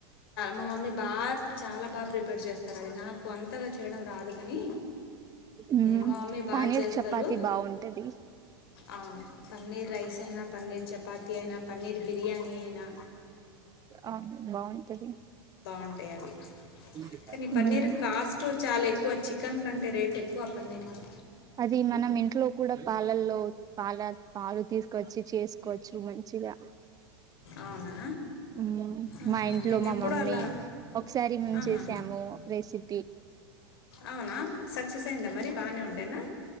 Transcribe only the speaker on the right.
మ్మ్
పనీర్
చపాతి బాగుంటది
ఆ బాగు తెలిదు
హ్మ్
అది మనం ఇంట్లో కూడా పాలల్లో పాల పాలు తీసుకొచ్చి చేసుకోవచ్చు మంచిగా
హ్మ్
మా ఇంట్లో
మా
మమ్మీ
ఒకసారి మేము
చేసాము రెసిపీ టీ